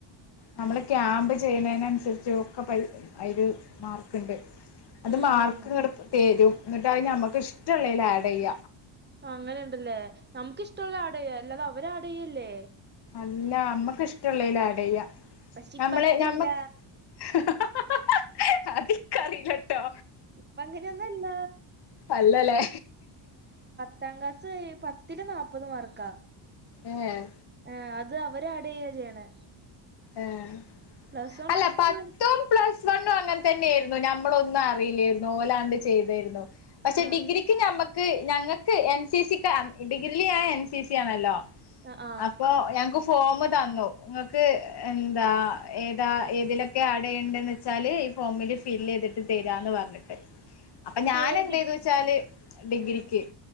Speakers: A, on the left; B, on the right.
A: നമ്മള് ക്യാമ്പ് ചെയ്യുന്നതിനനുസരിച്ച് ഒക്കെ പൈ അതിനു മാർക്ക്ണ്ട് അത്
B: ഉം
A: മാർക്ക്
B: ഉം
A: ഇങ്ങട്ട തരും എന്നിട്ട് നമ്മക്ക് ഇഷ്ടമുള്ളേൽ ആഡ് ചെയ്യ
B: അങ്ങനെ ഉണ്ടല്ലേ നമുക്കിഷ്ടമുള്ള ആട് ചെയ്യ അല്ലാതെ അവരാട്ചെയ്യല്ലേ
A: അല്ല നമ്മക്ക് ഇഷ്ടമുള്ളേല് ആഡ് ചെയ്യാം
B: പക്ഷെ ഇപ്പ
A: നമ്മള്
B: അങ്ങനെയല്ല
A: നമ്മ ഹ ഹ ഹ ഹ അത് എനികറിയി ലട്ടോ
B: ഇപ്പ അങ്ങനെയൊന്നല്ല
A: അല്ലല്ലേ
B: പത്താംക്ലാസ് പത്തില് നാല്പ്പത് മാർക്കാ
A: ഏഹ്
B: ആ അത് അവരാഡ് ചെയ്യ ചെയ്യണേ
A: ആഹ്
B: പ്ലസ് വൺ
A: അല്ല
B: പ്ലസ്
A: പത്തും
B: ടു
A: പ്ലസ് വണ്ണും അങ്ങനെ തന്നെയാരുന്നു ഞമ്മളൊന്നും അറിയില്ലായിരുന്നു ഓലാണ്ട് ചെയ്തായിരുന്നു പക്ഷെ
B: ആഹ്
A: ഡിഗ്രിക്ക് ഞമ്മ ക്ക് ഞങ്ങൾക്ക് എൻ സി സി ക്കാ ഡിഗ്രില് ഞാൻ എൻ സി സി ആണല്ലോ
B: ആഹ് ആഹ്
A: അപ്പൊ ഞങ്ങക്ക് ഫോമുതന്നു നിങ്ങക്ക് എന്താ ഏതാ ഏതിലൊക്കെ ആഡ്ചെണ്ടെന്ന് വെച്ചാൽ ഈ ഫോമിൽ ഫില് ചെയ്തിട്ട് തരാന്ന് പറഞ്ഞ് അപ്പൊ ഞാനെന്തുചെയ്തുവെച്ചാല്
B: ഏഹ് ഡി
A: ഡിഗ്രിക്ക്
B: ഏഹ് ഡി